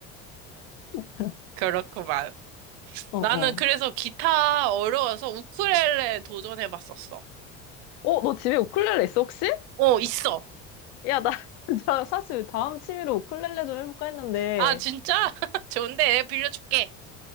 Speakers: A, on the left; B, on the right.
A: <laughs>
B: 그렇구만.
A: 어,
B: 나는
A: 어.
B: 그래서 기타 어려워서 우쿨렐레 도전해봤었어.
A: 어, 너 집에 우쿨렐레 있어, 혹시?
B: 어, 있어.
A: 야, 나, <laughs> 나 사실 다음 취미로 우쿨렐레 좀 해볼까 했는데,
B: 아, 진짜? <laughs> 좋은데, 빌려줄게.